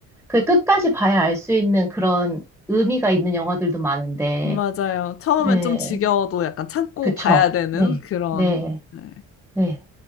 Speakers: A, in the centre; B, on the left (about 45°).
A: 그 끝까지 봐야 알 수 있는 그런 의미가 있는 영화들도 많은데,
B: 맞아요. 처음엔
A: 네.
B: 좀 지겨워도 약간 참고
A: 그쵸.
B: 봐야 되는
A: 네.
B: 그런,
A: 네.
B: 네.
A: 네.